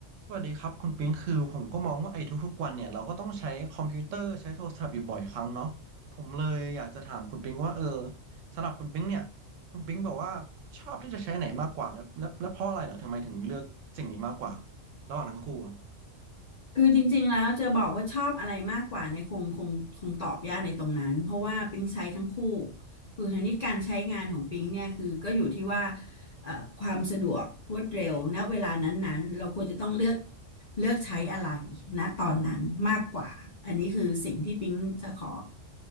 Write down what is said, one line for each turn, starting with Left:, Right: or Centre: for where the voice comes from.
Right: สวัสดีครับคุณปิ๊งคือผมก็มองว่าไอ้ทุกๆวันเนี่ยเราก็ต้องใช้คอมพิวเตอร์ใช้โทรศัพท์อยู่บ่อยครั้งเนาะผมเลยอยากจะถามคุณปิ๊งว่าเออสำหรับคุณปิ๊งเนี่ยคุณปิ๊งบอกว่าชอบที่จะใช้ไหนมากกว่าแล้วแล้วแล้วเพราะอะไรเหรอทำไมถึงเลือกสิ่งนี้มากกว่าระหว่างทั้งคู่อะ
Left: คือจริงๆแล้วจะบอกว่าชอบอะไรมากกว่าเนี่ยคงคงคงตอบยากในตรงนั้นเพราะว่าปิ๊งใช้ทั้งคู่คือทีนี้การใช้งานของปิ๊งเนี่ยคือก็อยู่ที่ว่าเอ่อความสะดวกรวดเร็วณเวลานั้นๆเราควรจะต้องเลือกเลือกใช้อะไรณตอนนั้นมากกว่าอันนี้คือสิ่งที่ปิ๊งจะขอ